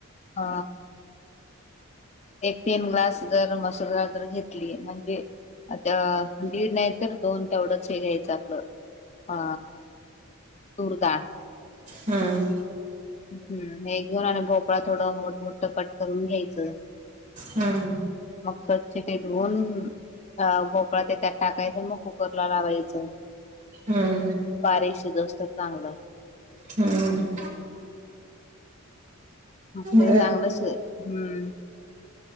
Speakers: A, on the left (about 30°); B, on the right (about 35°).
A: अ. एक तीन ग्लास जर मसलदार जर घेतली म्हणजे आता दीड नाही तर दोन तेवढंच हे घ्यायचं आपलं अ. तूर दळ.
B: हम्म
A: हम् हे घेऊन आणि भोपळा थोडं मोठमोठ कट करून घ्यायचं.
B: हम्म
A: मग स्वच्छ पटवन. अ गोकळा ते त्यात टाकायचं मग कुकरला लावायचं.
B: हम्म.
A: बारीकशी दोसत चांगलं.
B: हम्.
A: ते
B: बर
A: चांगलंच हम्म.